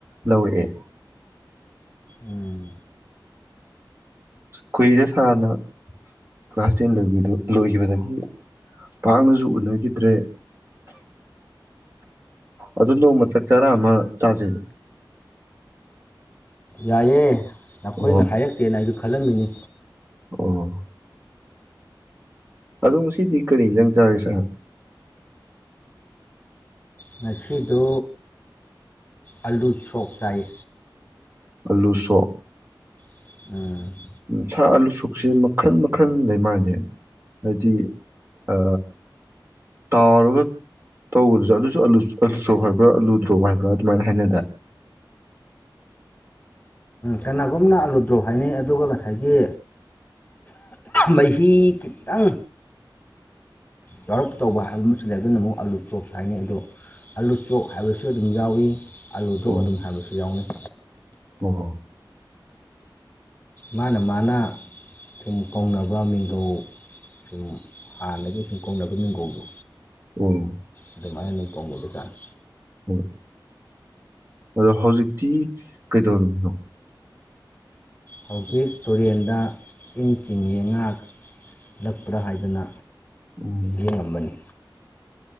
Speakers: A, on the right (about 30°); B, on the left (about 20°).
A: ꯂꯧꯔꯛꯑꯦ
B: ꯎꯝ
A: ꯀꯨꯏꯔꯦ ꯁꯥꯔꯅ ꯀ꯭ꯂꯥꯁ ꯇꯦꯟ ꯂꯣꯏꯗꯨ ꯂꯣꯏꯈꯤꯕꯗꯒꯤ ꯄꯥꯛꯅꯁꯨ ꯎꯅꯈꯤꯗ꯭ꯔꯦ ꯑꯗꯨ ꯅꯣꯡꯃ ꯆꯥꯛ ꯆꯔꯥ ꯑꯃ ꯆꯥꯖꯩ
B: ꯌꯥꯏꯑꯌꯦ ꯅꯈꯣꯏꯅ
A: ꯑꯣ
B: ꯍꯥꯏꯔꯛꯇꯦꯅ ꯑꯩ ꯈꯜꯂꯝꯃꯤꯅꯤ
A: ꯑꯣ ꯑꯗꯣ ꯉꯁꯤꯗꯤ ꯀꯔꯤ ꯏꯟꯁꯥꯡ ꯆꯥꯔꯒꯦ
B: ꯉꯁꯤꯗ ꯑꯂꯨ ꯁꯣꯞ ꯆꯥꯏꯌꯦ
A: ꯑꯂꯨꯁꯣꯛ
B: ꯎꯝ <inaudible> <unintelligible>
A: ꯎ ꯁꯥꯔ ꯑꯥꯂꯨꯁꯨꯣꯛꯨꯞꯁꯦ ꯃꯈꯟ ꯃꯈꯟ ꯂꯩ ꯃꯥꯜꯅꯦ ꯍꯥꯏꯗꯤ ꯑ ꯇꯥꯎꯔꯒ ꯇꯧꯕꯗꯨꯗ ꯑꯂꯨꯁꯨ ꯑꯂꯨ ꯑꯥꯂꯨ ꯁ꯭ꯔꯣꯞ ꯍꯥꯏꯕ꯭ꯔꯥ ꯑꯥꯂꯨ ꯗ꯭ꯔꯣꯞ ꯍꯥꯏꯕ꯭ꯔꯥ ꯑꯗꯨꯃꯥꯏꯅ ꯍꯥꯏꯅꯗꯥ
B: ꯀꯅꯥꯒꯨꯝꯅ ꯑꯥꯂꯨꯗ꯭ꯔꯣꯞ ꯍꯥꯏꯅꯩ ꯑꯗꯨꯒ ꯉꯁꯥꯏꯒꯤ ꯃꯍꯤ ꯈꯤꯇꯪ ꯌꯥꯎꯔꯞ ꯇꯧꯕ ꯍꯥꯏꯕ ꯑꯃꯁꯨ ꯂꯩ ꯑꯗꯨꯅ ꯑꯃꯨꯛ ꯑꯥꯂꯨ ꯆꯣꯞ ꯍꯥꯏꯅꯩ ꯑꯗꯣ ꯑꯥꯂꯨ ꯆꯣꯞ ꯍꯥꯏꯕꯁꯨ ꯑꯗꯨꯝ ꯌꯥꯎꯏꯤ ꯑꯥꯂꯨ ꯆꯣꯞ
A: ꯑꯣ
B: ꯑꯗꯨꯝ ꯍꯥꯏꯕꯁꯨ ꯌꯥꯎꯅꯩ
A: ꯑꯣ ꯍꯣ
B: ꯃꯥꯅ ꯃꯥꯅ ꯁꯨꯝ ꯀꯧꯅꯕ ꯃꯤꯡꯒꯧ ꯁꯨꯝ ꯍꯥꯟꯅꯗꯒꯤ ꯁꯨꯝ ꯀꯧꯅꯕ ꯃꯤꯡꯒꯧꯗꯣ
A: ꯎꯝ
B: ꯑꯗꯨꯃꯥꯏꯅ ꯗꯨꯝ ꯀꯧꯕ ꯖꯥꯥꯠꯅ
A: ꯑꯣ ꯑꯗꯣ ꯍꯧꯖꯤꯛꯇꯤ ꯀꯩꯗꯧꯔꯝꯃꯤꯅꯣ
B: ꯍꯧꯖꯤꯛ ꯇꯨꯔꯦꯟꯗ ꯏꯟ ꯆꯤꯡꯉꯤ ꯉꯥ ꯂꯛꯄ꯭ꯔꯥ ꯍꯥꯏꯗꯅ
A: ꯑꯣ
B: ꯌꯦꯡ ꯉꯝꯕꯅꯤ